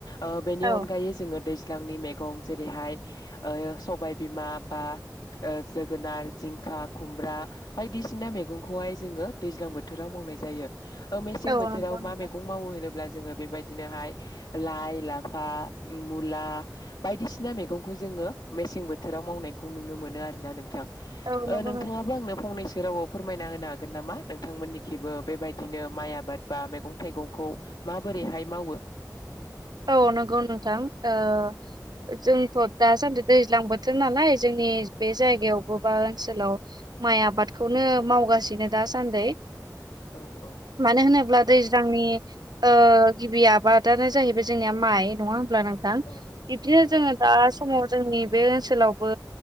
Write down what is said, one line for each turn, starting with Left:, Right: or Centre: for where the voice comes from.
Left: ओ बेनि
Right: औ
Left: अनगायै जोङो दैज लांनि मैगं जेरैहाय ओ सबायबिमा बा जोगोनार जिं खा खुमब्रा बायदिसिना मैगंखौहाय जोङो दैज्लां बोथोराव मावनाय जायो ओ मेसें
Right: औ
Left: बोथोराव
Right: नंगौ नोंथां
Left: मा मैगं मावो होनोब्ला जोङो बेबायद दिनोहाय लाइ लाफा मुला बायदिसिना मैगंखौ जोङो मे सें बोथोराव मावनायखौ नुनो मोनो आरोना नोंथां
Right: औ नंगौ
Left: ओ नोंथाङाबो
Right: नोंथां
Left: आंनो फंनैसो जेरावबो फोरमायना होनो हागोन नामा नोंथांमोननिखिबो बेबायदिनो माइ आबाद बा मेगं थाइगंखौ माबोरैहाय मावो
Right: औ नोंगौ नोंथां ओ जोंथ दासान्दि दैज्लां बोथोर नालाय जों नि बे जायगायावबो बा ओनसोलाव माइ आबादखौनो मावगासिनो दासान्दै
Left: औ औ
Right: मानो होनोब्ला दैज्लांनि ओ गिबि आबादानो जाहैबाय जोंनिया माइ नङा होनब्ला नोंथां
Left: औ नंगौ
Right: बिबदिनो
Left: नोंथां
Right: जोङो दा समाव जोंनि बे ओनसोलावबो